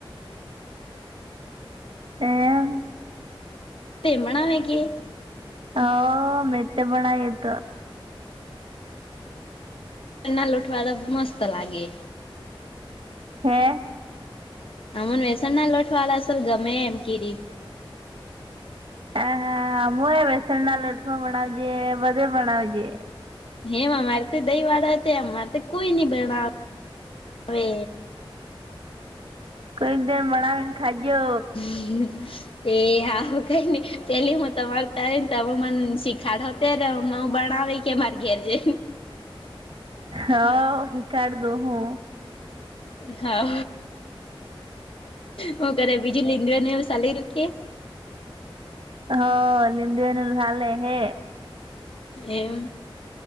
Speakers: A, on the right; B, on the left.
A: એમ
B: તે-ભણા વે કિય
A: અ-હ -મે તે ભણાવે તો
B: ના લ ઉઠવા <unintelligible> તો મસ્ત લાગે
A: હે
B: અમન વ્યસનના લોટવાલા અસલ ગમે એમ કીરી
A: આ- હા હ એ બેસણ ના લોટમાં ભણાવજે બધે ભણાવજે
B: હેમ અમારે તો દઈ વાળા હતા અમારે કોઈ નઈ ભણાવે હવે
A: કઈક દીન બળાવે ખાજો
B: હમ એ હું કઈ નઈ પેલી તમાર તારી ને તમે મને શીખાડો ત્યારે હ હું બનાાવ માર્ગીરજે
A: હા શિકાડ દુ હું
B: હા હું ક બીજું લીડને એ સાલી રૂકીએ
A: હ લિન્ંદુ એનુંલહ લે હે
B: એમ